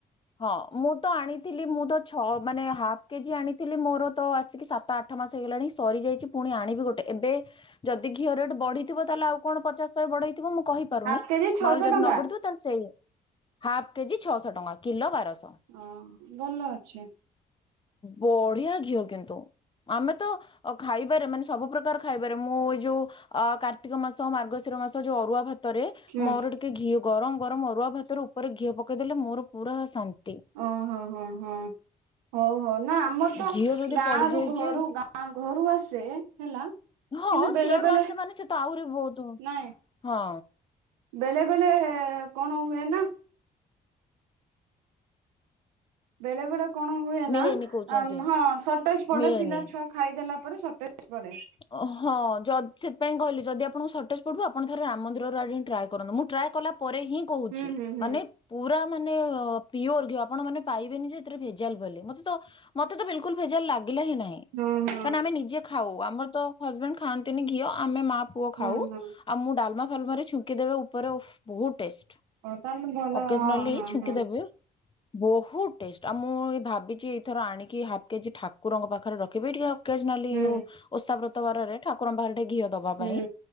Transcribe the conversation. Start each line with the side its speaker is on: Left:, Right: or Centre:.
Left: ହଁ ମୁଁ ତ ଆଣିଥିଲି ମୁଁ ତ ଛଅ ମାନେ ହାଫ କେଜି ଆଣିଥିଲି ମୋର ତ ଆସିକି ସା ତ ଆଠ ମାସ ହେଇଗଲାଣି ସରିଯାଇଛି ପୁଣି ଆଣିବି ଗୋଟେବେ ଯଦି ଘିଅ ରେଟ୍ ବଢ଼ିଥିବ ତାହେଲେ ଆଉ କଣ ପଚାଶହ ବଢେଇଥିବ ମୁଁ କହିପାରୁନି
Right: ହାଫ୍
Left: ନହେଲେ
Right: କେଜି ଛଅଶହ
Left: ଯଦି
Right: ଟଙ୍କା
Left: ନ ବଢିଥିବ ତାହେଲେ ସେଇ ହାଫ କେଜି ଛଅଶହ ଟଙ୍କା କିଲୋ ବାରଶହ।
Right: ହଁ ଭଲ ଅଛି
Left: ବଢିଆ ଘିଅ କିନ୍ତୁ ଆମେ ତ ଖାଇବାରେ ମାନେ ସବୁ ପ୍ରକାର ଖାଇବାରେ ମୁଁ ଏଇ ଯୋଉ ଅ କାର୍ତ୍ତିକ ମାସ ମାର୍ଗଶିର ମାସ ଯୋଉ ଅରୁଆ ଭାତରେ
Right: ହୁଁ
Left: ମୋର ଟିକେ ଘିଅ ଗରମ ଗରମ ଅରୁଆ ଭାତରେ ଉପରେ ଘିଅ ପକେଇଦେଲେ ମୋର ପୁରା ଶାନ୍ତି।
Right: ଓହୋ ହୋ ହଁ ହଉ ହଉ ନା ଆମର ତ
Left: ଘିଅ ଯଦି
Right: ଗାଁ
Left: ପଡିଯାଇଛି
Right: ରୁ ଘରୁ ଗାଁ ଆ ଘରୁ ଆସେ ହେଲା।
Left: ହଁ
Right: କିନ୍ତୁ ବେଳେ
Left: ସିଆଡୁ
Right: ବେଳେ
Left: ଆସେ ମାନେ ସେ ତ ଆହୁରି ବହୁତ
Right: ନାଇଁ
Left: ହଁ
Right: ବେଳେ ବେଳେ କଣ ହୁଏ ନା। ବେଳେ ବେଳେ କଣ ହୁଏ ନା
Left: ମିଳେନି କହୁଛନ୍ତି
Right: ହଁ ସଟେଜ ପଡେ
Left: ମିଳେନି
Right: ପିଲା ଛୁଆ ଖାଇଦେଲା ପରେ ସଟେଜ ପଡେ।
Left: ଓ ହଁ ଯଦ୍ ସେଥିପାଇଁ କହିଲେ ଯଦି ଆପଣଙ୍କୁ ସଟେଜ ପଢିବ ଆପଣ ରେ ରାମ ମନ୍ଦିରରୁ ଆଣିକି ଟ୍ରାଏ କରନ୍ତୁ ମୁଁ ଟ୍ରାଏ କଲା ପରେ ହିଁ କହୁଛି
Right: ହୁଁ ହୁଁ ହୁଁ
Left: ମାନେ ପୁରା ମାନେ ପିଓର ଘିଅ ଆପଣ ମାନେ ପାଇବେନି ଯେଥିରେ ଭ ଜାଲ ବୋଲି ମତେ ମତେ ତ ବିଲକୁଲ ଭୋଜାଲ ଲାଗିଲା ହିଁ ନାହିଁ
Right: ହୁଁ ହଁ ହଁ
Left: କାଇଁ ନା ଆମ ନିଜେ ଖାଉ ଆମର ତ ହଜବେଣ୍ଡ ଖାଆନ୍ତିନି ଘିଅ ଆମେ ମା ପୁଅ ଖାଉ
Right: ହଁ ହଁ
Left: ଆଉ ମୁଁ ଡାଲମା ଫାଲମା ଛୁଙ୍କି ଦେବ ଉପରେ ଓଃ ବହୁତ ଟେଷ୍ଟ
Right: ହଉ ତାହେଲେ ଭଲ
Left: ଅକେଜନାଲି
Right: ହଁ ହଁ
Left: ଛୁଙ୍କି
Right: ହଁ
Left: ଦେବେ ବହୁତ ଟେଷ୍ଟ ଆପ ଭାବିଛିି ଏଇଥର ଆଣିକି ହାଫ୍ କେଜି ଠାକୁରଙ୍କ ପାଖରେ ରଖିବି ଟିକେ ଆକେଜ୍ନାଲି
Right: ହୁଁ
Left: ହଉ ଓଷା ବ୍ରତବାରରେ ଠାକୁରଙ୍କ ପାଖରେ ଘିଅ ଦବା
Right: ହୁଁ
Left: ପାଇଁ